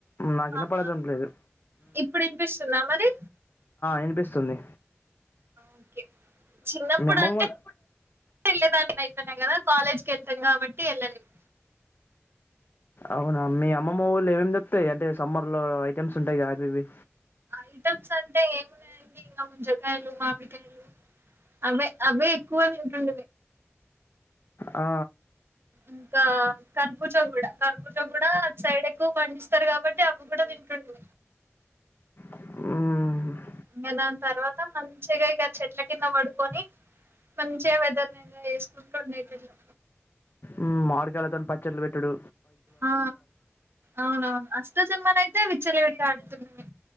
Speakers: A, on the left (about 45°); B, on the right (about 50°).
A: నాకు చిన్న
B: అవునా
A: వినపడటం లేదు
B: ఇప్పుడు వినిపిస్తుందా మరి
A: వినిపిస్తుంది
B: ఓకే చిన్నప్పుడు
A: మీ అమ్మమ్మోళ్ళు
B: అంటే తెదాన్నియి కదా కాలేజ్ క వెళ్తాం కాబట్టి వెళ్ళలేదు
A: అవునా మీ అమ్మమ్మ ళ్ళ ఏమేమి తప్పాయి అంటే సమ్మర్ లో ఐటెమ్స్ ఉంటాయి అవి ఇవి
B: ఐటమ్స్ అంటే ఏమిన్నాయండి ఇంకా ముంజకాయలు మామిడికాయలు అవి అవి ఎక్కువ తింటాం
A: ఆ
B: ఇంకా కర్పూచ కూడా కర్పూచా కూడా సైడ్ ఎక్కువ పండిస్తారు కాబట్టి అవి కూడా తింటడి
A: ఆ
B: ఇంకా దాని తర్వాత మంచిగా ఇగ చెట్ల కింద పడుకొని మంచ్ వెదర్ని ఎంజాయ్ చేసుకుంటూ ఉండేటట్లు
A: ఉం మార్గాలతోని పచ్చళ్లు పెట్టడు
B: ఆ అవునవును అస్ కొత్తసమ్మన అయితే విచ్చలవిడిగా ఆడుతున్నా